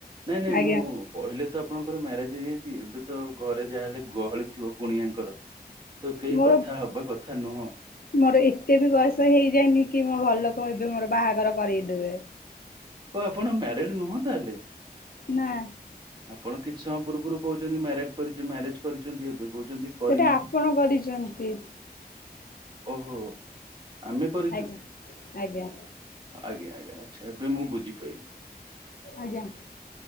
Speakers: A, on the right; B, on the left.
A: ନାଇଁ ନାଇଁ
B: ଆଜ୍ଞା
A: ମୁଁ କହିଲେ ତ ଆପଣଙ୍କର ମ୍ୟାରେଜ୍ ହେଇଯାଇଚି ଏବେ ତ ଘରେ ଯାହାହେଲେ ଗହଳି ଥିବ କୁଣିଆଙ୍କର। ତ କେହି
B: ମୋର
A: କଥା ହବା କଥା ନୁହଁ।
B: ମୋର ଏତେ ବି ବୟସ ହେଇ ଯାଇନି କି ମୋ ଘର ଲୋକେ ଏବେ ମୋର ବାହାଘର। କରେଇ ଦେବେ।
A: ଓ ଆପଣ ମ୍ୟାରେଡ୍ ନୁହଁ ତା ହେଲେ।
B: ନା।
A: ଆପଣ କିଛି ସମୟ ପୂର୍ବରୁ କହୁଚନ୍ତି ମ୍ୟାରେଡ୍ କରିଚୁ ମ୍ୟାରେଜ୍ କରିଛନ୍ତି ଏବେ। କହୁଛନ୍ତି କରିନୁ।
B: ସେଟା ଆପଣ କରିଚନ୍ତି।
A: ଓ ହୋ ଆମେ କରିଚୁ
B: ଆଜ୍ଞା। ଆଜ୍ଞା
A: ଆଜ୍ଞା ଆଜ୍ଞା। ଆଚ୍ଛା ଏବେ ମୁଁ ବୁଝିପାଇଲି।
B: ଆଜ୍ଞା